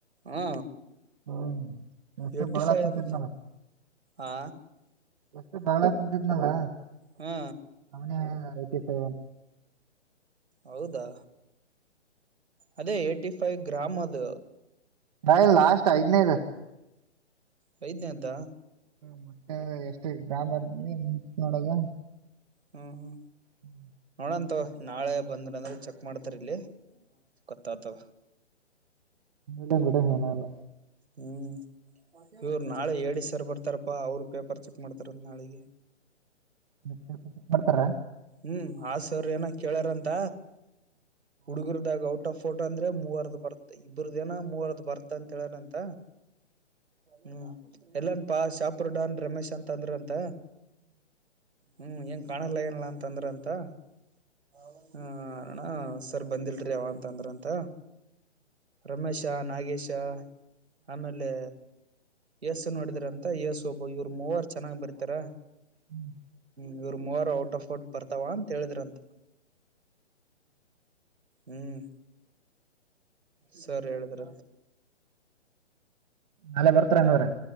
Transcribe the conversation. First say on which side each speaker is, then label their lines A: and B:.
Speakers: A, on the right; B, on the right.
A: ಹಾ
B: ಹ್ಮ್ ಎಷ್ಟ
A: ಏಟಿ
B: ಬಳ
A: ಫೈವ್
B: ಕುಂತಿದ್ನಲ್ಲ
A: ಅಂತ ಆ
B: ಎಷ್ಟ ಬಳ ಕುಂಂತಿದ್ನಲ್ಲ
A: ಹಾ
B: ಅವನ ಯ್ಟಿ ಸೆವೆನ್
A: ಹೌದಾ ಅದೇ ಏ್ಟಿ ಫೈವ್ ಗ್ರಾಮ್ ಅದ
B: ನ ಲಾಸ್ಟ್ ಆಯದನರ
A: ವಐದ್ಯ ಅ್ದ
B: ಮಟ್ಟೆ ಎಷ್ಟು ಗ್ರಾಮ ಇರ್ತಿ ನೋಡದ
A: ಹ್ಮ ಹ್ಮ
B: ಹ್ಮ
A: ನೋಡಂತ ನಾಳೆ ಬಂದ್ರ ಅಂದ್ರೆ ಚೆಕ್ ಮಾಡ್ತಾರ ಇಲ್ಲಿ ಕತ್ತತ
B: ನ್ ಕೂಡ ಹನಲ್ಲ
A: ಹ್ಮ್ ಇವ್ರು ನಾಳೆ ಎ ಸರ್ ಬರ್ತಾರಪ್ಪಾ ಅವ್ರು ಪೇಪರ್ ಚೆಕ್ ಮಾಡ್ತಾರ ನಾಳಿಗೆ
B: ಸ್ವಲ್ಪ ಮಾಡ್ತಾರ
A: ಹ್ಮ್ ಆಸ ಅವ್ರ ಏನ ಕೇಳ್ಯಾರಂತ ಹುಡುಗುರು ಇದಾಗ ಔಟ್ ಆಫ್ ಫೋಟೋ ಅಂದ್ರೆ ಮೂವರದ ಬರ್ತ ಇಬ್್ರದೇನ ಮೂವರದ ಬರ್ತ ಅಂತ ಹೇಳೇನ ಅಂತ ಹ ಹ್ಮ್ ಎಲ್ಲನ್ ಪಾ ಸಾಪಡಡಾನ್ ರಮೇಶ್ ಂತ ಅಂದ್ರ ಅಂತ ಹ್ಮ್ ಂಗ ಕಾಣಲ್ಲ ಏನಲ್ಲ ತಂದ್ರಂತ ಹ ಹಾ ಅಣ ಸರ್ ಬಂದಿಲ್ರಿ ಯಾವ ಅಂತ ಅಂದ್ರಂತ ರಮೇಶ್ ಶ ನಾಗೇಶಾ ಆಮೇಲೆ ಯಸು ನೋಡಿದ್ರ ಅಂತ ಯಸು ಒಬ್ಬ ಇವ್ರ ಮೂವಾರ ಚೆನ್ನಾಗ್ ಬರ್ತಾರ
B: ಹ್ಮ್
A: ಇ ಮೂವರು ಔಟ್ ಆಫ್ ಬರ್ತಾವ ಅಂತ ಹೇಳಿದ್ರಂತ ಹ್ಮ್ ಹ ಸರಿ ಹೇಳಿದ್ರ
B: ನಾಳೆ ಬರ್ತ ಪತ್ರನ್ನುವರೆ